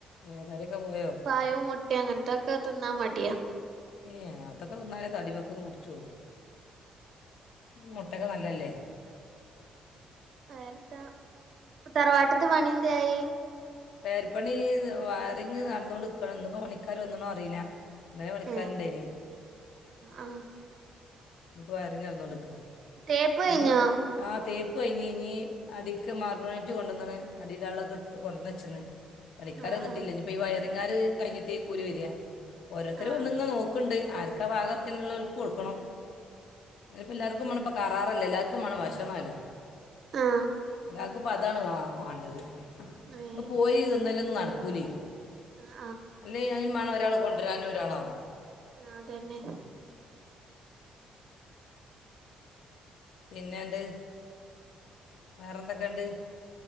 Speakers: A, on the left (about 75°); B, on the right (about 60°).
A: ഏ തടിയൊക്കെ പോയോ
B: പാഴും മുട്ടിം അങ്ങനത്തൊക്കെ തിന്നാൻ മടിയാ
A: ഏ അതൊക്കെ തിന്നാലേ തടിമെക്ക ഒന്ന് പുടിച്ചോുള്ളൂ മുട്ടക്കെ നല്ലല്ലേ
B: നേരത്ത തറവാട്ടത്തെ പണി എന്തായി
A: പേര്പ്പണി വയറിങ് നടന്നോണ്ടക്കാണ് എന്നന്നിപ്പോ പണിക്കാർ വന്നോണം ന്ന് അറിയില്ല ഇന്നലെ പണിക്കാരുണ്ടായിനി
B: ഏ ആ
A: ഇന്നപ്പോ വയറിങ് നടന്നോണ്ടിരിക്ക
B: തേപ്പ് കഴിഞ്ഞോ
A: ഇന്ന് ആ തേപ്പ് കഴിഞ് ഇഞ് അടിക്ക് മാർബണേട്ടറ്റ് കൊണ്ടുവന്ന്ക്ക്ണ് അടിടൊളൊക്കെ എടുത്ത് കൊണ്ടുവന്ന ച്ച് ച്ചിക്ക്ണ്പണിക്കാര
B: ആ
A: വന്നിട്ടില്ല
B: ആ
A: ഇനിപ്പോ ഈ വയറിങ്ങാാര് കഴിഞ്ഞിട്ടേ ഓല് വെര ഓരോത്തരും
B: ആ
A: വന്ന് നോക്കണ്ട് ആർക്കാ ഭാഗത്തിനുള്ള ഓൽക്ക് കൊടുക്കണം അപ്പ എല്ലാവർ റ എല്ലർക്കു കറാറല്ലോ എല്ലാർക്കുമാണം ഭക്ഷ ണല്ലോ
B: ആ ആ
A: എല്ലാർ അതാണ് വാണ്ടത് ഇപ്പ
B: ഏ
A: പോയി തിന്നല് നടക്കൂലെയ്
B: ആഹ്
A: അല്ല അതിന്േ ഒരാൾ കൊണ്ടുവരാനും ഒരാളാാണ്ോ
B: ആ അതന്നെ
A: പിന്നെണ്ട് വേറെന്തൊക്കെയുണ്ട്